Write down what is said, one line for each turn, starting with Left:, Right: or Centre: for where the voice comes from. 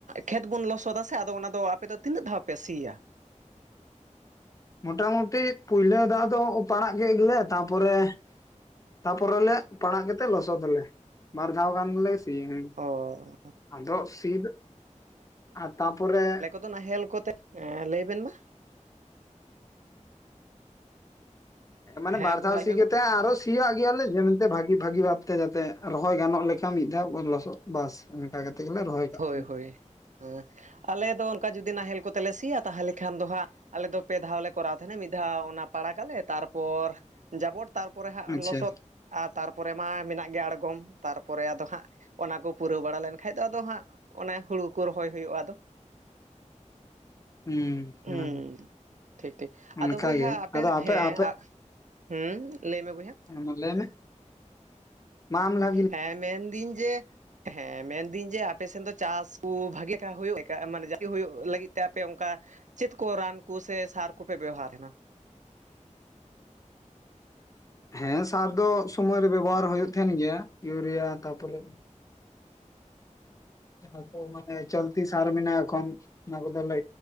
Right: ᱠᱷᱮᱛ ᱵᱚᱱ ᱞᱚᱥᱚᱫ ᱫᱟ ᱥᱮ ᱟᱫᱚ ᱚᱱᱟ ᱫᱚ ᱟᱯᱮ ᱫᱚ ᱛᱤᱱᱟᱹᱜ ᱫᱷᱟᱣ ᱯᱮ ᱥᱤᱭᱟ?
Left: ᱢᱚᱴᱟ ᱢᱩᱴᱤ ᱯᱩᱭᱞᱟᱹ ᱫᱟᱣ ᱫᱚ ᱯᱟᱲᱟᱜ ᱠᱮᱫ ᱜᱮᱞᱮ ᱛᱟᱯᱚᱨᱮ ᱛᱟᱯᱚᱨᱮᱞᱮ ᱯᱟᱲᱟᱜ ᱠᱟᱛᱮ ᱞᱚᱥᱚᱫ ᱟᱞᱮ ᱵᱟᱨ ᱫᱷᱟᱣ ᱜᱟᱱ ᱞᱮ <inaudible>
Right: ᱚ
Left: ᱟᱫᱚ ᱥᱤ ᱫᱚ ᱟ ᱛᱟᱯᱚᱨᱮ
Right: ᱟᱫᱚ ᱱᱟᱦᱮᱞ ᱠᱚᱛᱮ ᱮᱸ ᱞᱟᱹᱭ ᱵᱤᱱ ᱢᱟ᱾
Left: ᱢᱟᱱᱮ
Right: ᱦᱮᱸ
Left: ᱵᱟᱨ
Right: ᱵᱚᱭᱦᱟ
Left: ᱫᱷᱟᱣ
Right: ᱞᱟᱹᱭ
Left: ᱥᱤ
Right: ᱢᱮ
Left: ᱠᱟᱛᱮᱜ
Right: ᱢᱟ
Left: ᱟᱨᱚ ᱥᱤᱭᱟᱜ ᱜᱮᱭᱟᱞᱮ ᱡᱮ ᱢᱮᱱᱛᱮ ᱵᱷᱟᱹᱜᱤ ᱵᱷᱟᱹᱜᱤ ᱵᱷᱟᱵᱛᱮ ᱡᱟᱛᱮ ᱨᱚᱦᱚᱭ ᱜᱟᱱᱚᱜ ᱠᱟ ᱢᱤᱫ ᱫᱷᱟᱣ ᱠᱚ ᱞᱚᱥᱚ ᱵᱟᱥ ᱚᱱᱠᱟ ᱠᱟᱛᱮ ᱜᱮᱞᱮ ᱨᱚᱦᱚᱭ ᱠᱟᱜ
Right: ᱦᱳᱭ
Left: ᱛᱟᱦᱮᱱᱟ
Right: ᱦᱳᱭ ᱦᱮᱸ ᱟᱞᱮ ᱫᱚ ᱚᱱᱠᱟ ᱡᱩᱫᱤ ᱱᱟᱦᱮᱞ ᱠᱚᱛᱮ ᱞᱮ ᱥᱤᱭᱟ ᱛᱟᱦᱞᱮ ᱠᱷᱟᱱ ᱫᱚ ᱦᱟᱸᱜ ᱟᱞᱮ ᱫᱚ ᱯᱮ ᱫᱷᱟᱣ ᱞᱮ ᱠᱚᱨᱟᱣ ᱛᱟᱸᱦᱮᱱ ᱢᱤᱫ ᱫᱷᱟᱣ ᱚᱱᱟ ᱯᱟᱲᱟᱜ ᱟᱞᱮ ᱛᱟᱨᱯᱚᱨ ᱡᱟᱵᱚᱴ ᱛᱟᱨᱯᱚᱨᱮ ᱦᱟᱸᱜ
Left: ᱟᱪᱪᱷᱟ
Right: ᱞᱚᱥᱚᱫ ᱟᱨ ᱛᱟᱨᱯᱚᱨᱮ ᱢᱟ ᱢᱮᱱᱟᱜ ᱜᱮ ᱟᱬᱜᱚᱢ ᱛᱟᱨᱯᱚᱨᱮ ᱟᱫᱚ ᱦᱟᱸᱜ ᱚᱱᱟ ᱠᱚ ᱯᱩᱨᱟᱹᱣ ᱵᱟᱲᱟ ᱞᱮᱱᱠᱟᱱᱡ ᱫᱚ ᱟᱫᱚ ᱦᱟᱸᱜ ᱚᱱᱮ ᱦᱩᱲᱩ ᱠᱚ ᱨᱚᱦᱚᱭ ᱦᱩᱭᱩᱜᱼᱟ ᱟᱫᱚ᱾
Left: ᱦᱩᱸ ᱦᱮᱸ
Right: ᱩᱸ ᱴᱷᱤᱠ ᱴᱷᱤᱠ
Left: ᱚᱱᱠᱟᱜᱮ
Right: ᱟᱫᱚ ᱵᱚᱭᱦᱟ ᱟᱯᱮ
Left: ᱟᱫᱚ
Right: ᱦᱮᱸ
Left: ᱟᱯᱮ
Right: ᱟ ᱦᱩᱸ ᱞᱟ. ᱭ ᱢᱮ ᱵᱳᱭᱦᱟ᱾
Left: ᱦᱩᱸᱢ ᱞᱟ. ᱭ ᱢᱮ ᱢᱟ ᱟᱢ ᱞᱟ
Right: ᱦᱮᱸ ᱢᱮᱱᱫᱤᱧ ᱡᱮ ᱦᱮᱸ ᱢᱮᱱᱫᱟᱹᱧ ᱡᱮ ᱟᱯᱮᱥᱮᱱ ᱫᱚ ᱪᱟᱥ ᱠᱚ ᱵᱷᱟᱜᱮ ᱠᱟ ᱦᱩᱭᱩᱜ ᱢᱟᱱᱮ ᱡᱟᱜᱮ ᱦᱩᱭᱩᱜ ᱞᱟᱹᱜᱤᱫ ᱛᱮ ᱟᱯᱮ ᱚᱱᱠᱟ ᱪᱮᱫ ᱠᱚ ᱨᱟᱱ ᱠᱚ ᱥᱮ ᱥᱟᱨ ᱠᱚᱯᱮ ᱵᱮᱣᱦᱟᱨ ᱱᱟ?
Left: ᱦᱮᱸ ᱥᱟᱨ ᱫᱚ ᱥᱚᱢᱚᱭ ᱨᱮ ᱵᱮᱵᱚᱦᱟᱨ ᱦᱩᱭᱩᱜ ᱛᱟᱦᱮᱱ ᱜᱮᱭᱟ᱾ ᱤᱭᱩᱨᱤᱭᱟ ᱛᱟᱯᱚᱨᱮ ᱡᱟᱦᱟ ᱠᱚ ᱢᱟᱱᱮ ᱪᱟᱞᱛᱤ ᱥᱟᱨ ᱢᱮᱱᱟᱜ-ᱟ ᱮᱠᱷᱚᱱ᱾ ᱚᱱᱟ ᱠᱚᱫᱚ ᱞᱮ